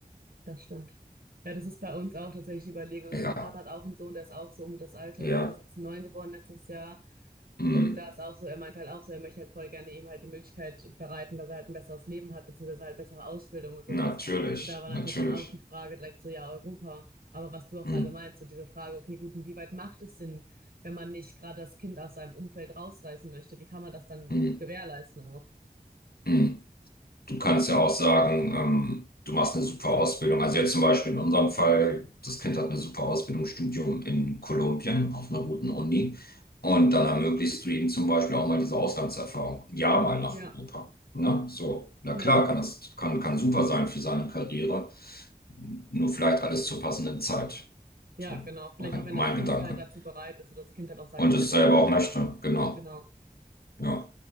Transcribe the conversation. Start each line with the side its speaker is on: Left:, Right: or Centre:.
Right: Das stimmt. Ja, das ist bei uns auch tatsächlich die Überlegung. Also
Left: Ja,
Right: mein Partner hat auch einen Sohn, der ist auch so um das Alter.
Left: ja,
Right: Ich glaube, der ist jetzt neun geboren letztes Jahr.
Left: mm,
Right: Und da ist auch so, er meint halt auch so, er möchte halt voll gerne ihm halt die Möglichkeit bereiten, dass er halt ein besseres Leben hat, beziehungsweise halt bessere Ausbildung und sowas.
Left: natürlich,
Right: Und da war
Left: natürlich.
Right: natürlich dann auch die Frage direkt so, ja, Europa. Aber was du auch
Left: Mm,
Right: gerade meinst, so diese Frage, okay, gut, und wie weit macht es Sinn, wenn man nicht gerade das Kind aus seinem Umfeld rausreißen möchte? Wie kann man das dann
Left: mm,
Right: gewährleisten auch?
Left: mm. Du kannst ja auch sagen, ähm, du machst eine super Ausbildung. Also jetzt zum Beispiel in unserem Fall, das Kind hat eine super Ausbildung, Studium in Kolumbien auf einer guten Uni. Und dann ermöglichst du ihm zum Beispiel auch mal diese Auslandserfahrung. Ja, mal nach
Right: Ja,
Left: Europa. Na, so. Na
Right: ja,
Left: klar, kann das, kann, kann super sein für seine Karriere. Nur vielleicht alles zur passenden Zeit.
Right: Ja,
Left: So,
Right: genau. Vielleicht
Left: mein,
Right: auch, wenn
Left: mein
Right: das Kind
Left: Gedanke.
Right: halt dazu bereit ist oder das Kind halt auch sagt,
Left: Und
Right: ich
Left: es
Right: hätte
Left: selber auch möchte,
Right: gerne.
Left: genau.
Right: Genau.
Left: Ja.